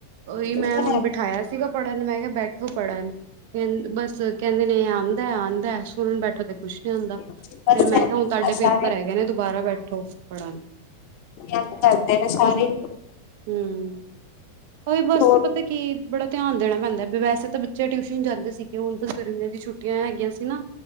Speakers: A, on the right; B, on the left.
A: ਓਈ
B: ਇਹ
A: ਮੈਂ
B: ਤਾਂ
A: ਹੁਣ
B: ਹੈ
A: ਬਿਠਾਇਆ ਸੀਗਾ ਪੜ੍ਹਨ ਮੈਂ ਕਿਆ ਬੈਠੋ ਪੜ੍ਹਣ ਕੇਂਨ ਬਸ ਕੇਂਦੇ ਨੇ ਆਂਦੈ-ਆਂਦੈ ਸੁਣਣ ਬੈਠੋ ਤੇ ਕੁਛ ਨੀ ਆਂਦਾ
B: ਬਸ
A: ਫਿਰ ਮੈਂ
B: ਐਵੇਂ
A: ਕਿਆ ਹੁਣ
B: ਹੁੰਦਾ
A: ਤੁਹਾਡੇ
B: ਸਾਰੇ
A: ਪੇਪਰ ਹੈਗੇ ਨੇ ਦੁਬਾਰਾ ਬੈਠੋ ਪੜਣ।
B: ਯਾਦ ਕਰਦੇ ਹੈ ਸਾਰੇ
A: ਹੂੰ, ਹੋਈ ਬਸ
B: ਹੋਰ
A: ਪਤਾ ਕੀ ਬੜਾ ਧਿਆਨ ਦੇਣਾ ਪੈਂਦਾ ਤੇ ਵੈਸੇ ਤੇ ਬੱਚੇ ਟਿਊਸ਼ਨ ਜਾਂਦੇ ਸੀਗੇ ਹੁਣ ਤਾ ਗਰਮੀਆਂ ਦੀ ਛੁੱਟੀਆਂ ਹੈਗੀਆਂ ਸੀ ਨਾ।